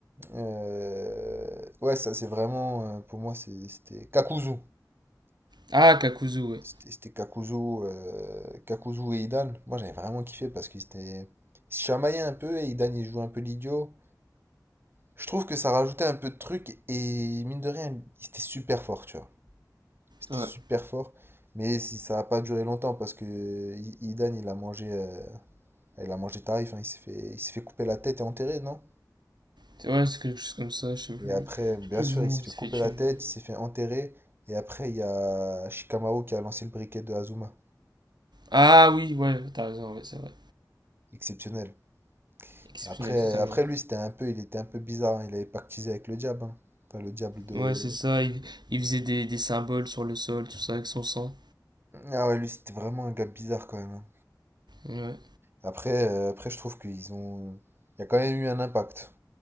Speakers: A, on the right; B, on the right.
A: Euh, Ouais, ça c'est vraiment, euh, pour moi c'est- c'était Kakuzu.
B: Ah, Kakuzu ouais.
A: C'était c'était Kakuzu, euh, Kakuzu et Idan. Moi j'avais vraiment kiffé parce qu'ils étaient... ils se chamaillaient un peu et Idan il jouait un peu l'idiot. Je trouve que ça rajoutait un peu de truc et mine de rien, c'était super fort, tu vois. C'était
B: Ouais.
A: super fort. Mais si ça n'a pas duré longtemps parce que I- Idan, il a mangé, euh, il a mangé tarif, hein, il s'est fait, il s'est fait couper la tête et enterrer, non?
B: c'est Ouais, c'est quelque chose comme ça, je sais plus.
A: Et après, bien
B: Je sais plus
A: sûr,
B: exactement
A: il s'est
B: où il
A: fait
B: s'est
A: couper
B: fait tuer
A: la
B: mais
A: tête, il s'est fait enterrer. Et après, il y a Shikamaru qui a lancé le briquet de Azuma.
B: Ah oui, ouais, t'as raison, ouais, c'est vrai.
A: Exceptionnel.
B: Exceptionnel
A: Après,
B: totalement.
A: après lui, c'était un peu, il était un peu bizarre. hein, Il avait pactisé avec le diable. hein. Enfin, le diable de...
B: Ouais, c'est ça, il, il faisait des, des symboles sur le sol, tout ça avec son sang.
A: Ah ouais, lui, c'était vraiment un gars bizarre quand même. hein.
B: Ouais.
A: Après, euh, après je trouve qu'ils ont... Il y a quand même eu un impact.